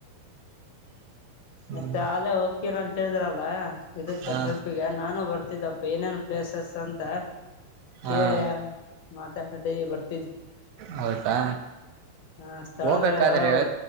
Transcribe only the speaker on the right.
ಹ್ಮ್
ಹಾ
ಹಾ
ಹೌದಾ
ಹೋಗ್ಬೇಕಾದ್ರೆ